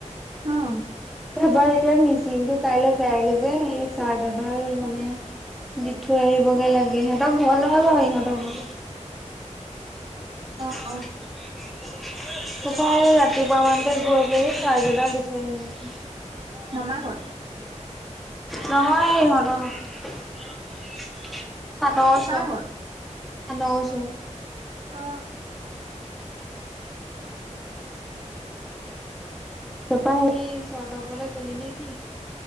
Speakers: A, on the right; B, in the centre.
A: অ'
B: তাৰপৰা এতিয়া মিচিংটো কাইলে যায়গৈ যে। এই চাৰ্জাৰডাল মানে দি থৈ আহিবগে লাগে সিহঁতৰ ঘৰ নহয় বাৰু ইহঁতক ঘ তাৰপা
A: অ
B: ৰাতিপুৱা মানতে গৈ পিনি চাৰৰ্জাদাল থৈ আহিম গে
A: মামা ঘৰত
B: নহয় ইহঁতৰ ঘৰত থান ওচ
A: কাৰ
B: থান
A: ঘৰত
B: ওচ।
A: অ
B: তাপা সেই চৰ্ৰধ তপলে গলি নেকি?